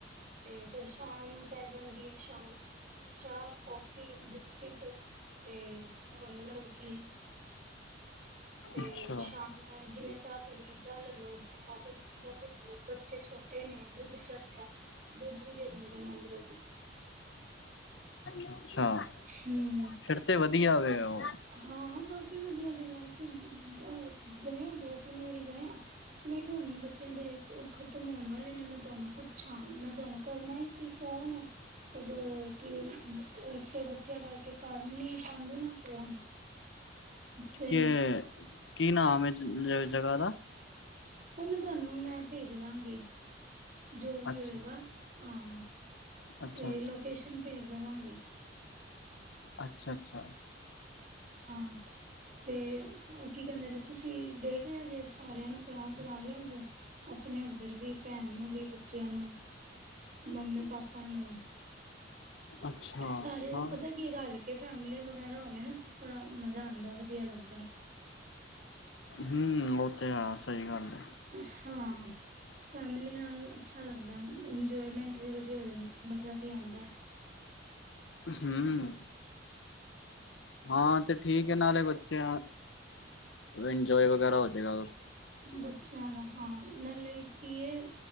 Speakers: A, on the right (about 45°); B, on the left (about 75°).
A: ਤੇ ਫੇਰ ਸ਼ਾਮ ਪੈ ਜਾਂਦੀ ਏ ਸ਼ਾਮ ਚਾਹ, ਕੌਫੀ, ਬਿਸਕਿਟ ਤੇ ਹੋਰ ਨਮਕੀਨ ਤੇ
B: ਅੱਛਾ।
A: ਸ਼ਾਮ ਨੂੰ, ਜਿਨੇ ਚਾਹ ਪੀਣੀ ਆ, ਚਾਹ ਲੈਲੋ ਜਿਨੇ ਕਾਫੀ ਪੀ ਤਾਂ ਫਿਰ ਬੱਚੇ ਛੋਟੇ ਨੇ, ਦੁੱਧ ਚਾਹੀਦਾ, ਦੁੱਧ ਵੀ ਦੇ ਦਿੰਦੇ ਨੇ, ਅੰਦਰੋਂ ਵੀ
B: ਅੱਛਾ,
A: ਹੂੰ
B: ਫੀਰ ਤੇ ਵਧੀਆ ਵੇ ਉਹ
A: ਹਾਂ, ਕਾਫੀ ਵਧੀਆ ਜਗ੍ਹਾ, ਅਸੀਂ ਅ ਗਏ ਆ, ਦੋ, ਤਿੰਨ ਵਾਰੀ ਗਏ ਆ ਤੇ ਮੈਂ ਕਿਆ ਹੂੰਨ ਬੱਚਿਆਂ ਦੇ ਖ਼ਤਮ ਹੋਣ ਵਾਲੇ ਨੇ, ਮੈਂ ਤਾਨੂੰ ਪੁੱਛਾਂ, ਮੈਂ ਤਾਨੂੰ ਕਰਨਾ ਈ ਸੀ ਫੋਨ ਕ ਕੀ ਇੱਕੇ ਬੱਚਿਆਂ ਕਰਕੇ ਕਰਨ ਨੀ ਪਾਂਦੀ ਨਾ ਫੋਨ ਤੇ
B: ਕੇ ਕੀ ਨਾਮ ਏ ਜਗ੍ਹਾ ਦਾ
A: ਉਹ ਮੈਂ ਤਾਨੂੰ ਮੈਂ ਪੇਜ ਦਾਂਗੀ, ਜੋ ਵੀ
B: ਅੱਛਾ
A: ਹੋਏਗਾ ਹਾਂ
B: ਅੱਛਾ
A: ਤੇ
B: ਅੱਛਾ
A: ਲੋਕੇਸ਼ਨ ਭੇਜ ਦਵਾਂਗੀ।
B: ਅੱਛਾ-ਅੱਛਾ।
A: ਹਾਂ, ਤੇ ਹੁੰਨ ਕੀ ਕਹਿੰਦੇ ਨੇ ਤੁਸੀਂ ਦੇਖ ਲਿਆ ਜੇ, ਸਾਰਿਆਂ ਨੂੰ ਤਿਆਰ ਕਰਾ ਲਿਆ ਜੇ। ਆਪਣੇ ਉੱਧਰ ਵੀ ਪੈਣ ਨੂੰ ਵੀ, ਬੱਚਿਆਂ ਨੂੰ, ਮੰਮੀ ਪਾਪਾ ਨੂੰ
B: ਅੱਛਾ
A: ਸਾਰੇ
B: ਹਾਂ
A: ਪਤਾ ਕੀ ਰਲ ਕੇ, ਫੈਮਿਲੀ ਵਗੈਰਾ ਹੋਵੇ ਨਾ, ਥੋੜਾ ਮਜ਼ਾ ਆਂਦਾ ਵਧੀਆ ਲੱਗਦਾ
B: ਹੂੰ ਓ ਤੇ ਹੈ ਸਈ ਗੱਲ ਏ
A: ਹਾਂ ਫੈਮਲੀ ਨਾਲ ਅੱਛਾ ਲੱਗਦਾ ਇੰਜੋਏਮੈਂਟ ਵੀ ਵਦੀਆ ਹੋ ਜਾਂਦੀ ਮਜ਼ਾ ਵੀ ਆਂਦਾ
B: ਹੂੰ ਹਾਂ ਤੇ ਠੀਕ ਏ ਨਾਲੇ ਬੱਚੇ ਇੰਜੋਏ ਵਗੈਰਾ ਹੋਜੇਗਾ
A: ਬੱਚਿਆਂ ਦਾ ਹਾਂ ਨਾਲੇ ਕੀ ਏ